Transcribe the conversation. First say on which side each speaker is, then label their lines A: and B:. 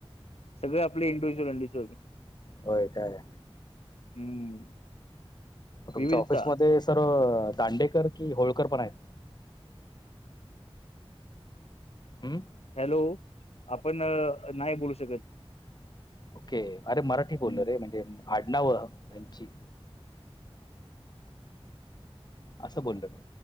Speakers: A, on the left; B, on the left.
A: सगळे आपले इंडिव्हज्युअल एंडिच्युअल
B: होय काय?
A: हम्म.
B: तुमच्या
A: विविधता
B: ऑफिसमध्ये सर दांडेकर कि होळकर पण आहेत. हम्म.
A: हॅलो आपण नाही बोलू शकत.
B: ओके अरे मराठी बोलो
A: हम्म.
B: रे म्हणजे आडनांव यांची असं बोलो मी